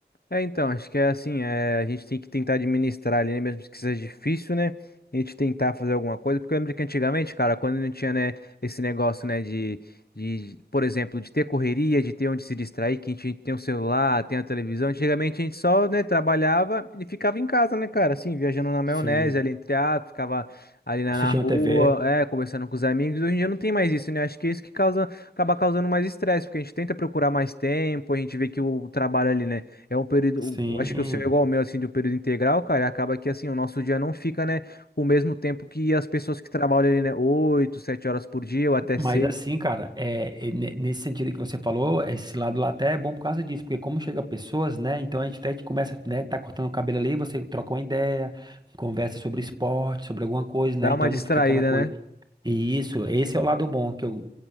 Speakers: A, on the left; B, on the right.
A: É, então, acho que é assim, é, a gente tem que tentar administrar ali, né, mesmo que seja difícil, né? A gente tentar fazer alguma coisa, porque eu lembro que antigamente, cara, quando não tinha, né, esse negócio, né, de, de, por exemplo, de ter correria, de ter onde se distrair, que a gente tem o celular, tem a televisão, antigamente a gente só, né, trabalhava e ficava em casa, né, cara, assim, viajando na maionese,
B: Sim.
A: ali entre atos, ficava ali na,
B: Assistindo
A: na rua,
B: a TV,
A: é, conversando com os amigos, hoje em dia não tem mais isso, né, acho que é isso que causa, acaba causando mais estresse, porque a gente tenta procurar mais tempo, a gente vê que o trabalho ali, né, é um período,
B: sim.
A: o- acho que o seu é igual ao meu, assim, de um período integral, cara, e acaba que, assim, o nosso dia não fica, né, com o mesmo tempo que as pessoas que trabalham ali, né, oito, sete horas por dia, ou até
B: Mas
A: seis,
B: assim, cara, é, é ne- nesse sentido que você falou, esse lado lá até é bom por causa disso, porque como chega pessoas, né? Então a gente até que começa, né? Tá cortando o cabelo ali, você troca uma ideia, conversa sobre esporte, sobre alguma coisa, né?
A: dá
B: Então
A: uma distraída,
B: não fica aquela coisa.
A: né?
B: E isso, esse é o lado bom que eu,